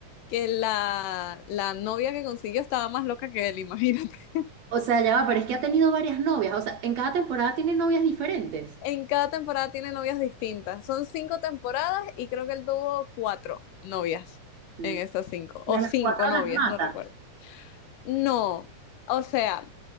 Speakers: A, on the left; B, on the right.
A: que la, la novia que consiguió estaba más loca que él, <laughs> imagínate.
B: O sea, ya va, pero es que ha tenido varias novias. O sea, en cada temporada tiene novias diferentes.
A: en cada temporada tiene novias distintas. Son cinco temporadas y creo que él tuvo cuatro novias
B: Mm.
A: en esas cinco,
B: Y
A: o
B: a
A: cinco
B: las cuatro
A: novias,
B: las mata.
A: no recuerdo. No, o sea,